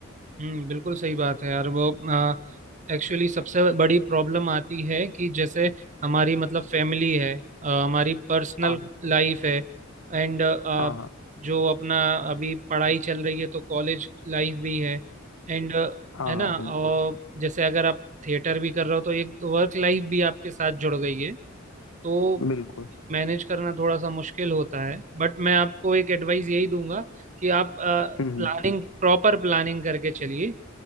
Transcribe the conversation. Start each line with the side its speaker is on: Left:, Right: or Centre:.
Right: हम्म बिल्कुल सही बात है यार वो एक्चुअली सबसे बड़ी प्रॉब्लम आती है कि जैसे हमारी मतलब फैमिली है अ, हमारी पर्सनल
Left: हाँ
Right: लाइफ है एंड
Left: हाँ हाँ
Right: जो अपना अभी पढ़ाई चल रही है तो कॉलेज लाइफ भी है एंड
Left: हाँ
Right: है ना
Left: हाँ
Right: अ,
Left: बिल्कुल
Right: जैसे अगर आप थिएटर भी कर रहे हो तो एक वर्क लाइफ भी आपके साथ जुड़ गई है तो
Left: बिल्कुल
Right: मैनेज करना थोड़ा सा मुश्किल होता है बट मैं आपको एक एडवाइस यही दूंगा कि आप प्लानिंग
Left: हम्म हम्म।
Right: प्रॉपर प्लानिंग करके चलिए